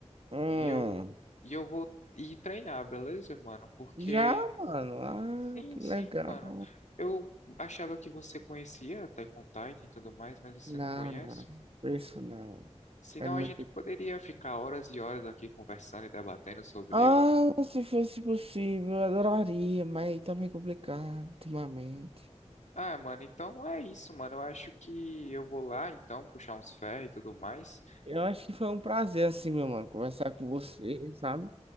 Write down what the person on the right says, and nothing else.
Hum.
Já, mano. Ah,
que legal.
Não,
não. Isso não.
É muito
Ah,
se fosse possível, eu adoraria, mas tá meio complicado ultimamente.
Eu acho que foi um prazer, assim, meu mano, conversar com você, sabe?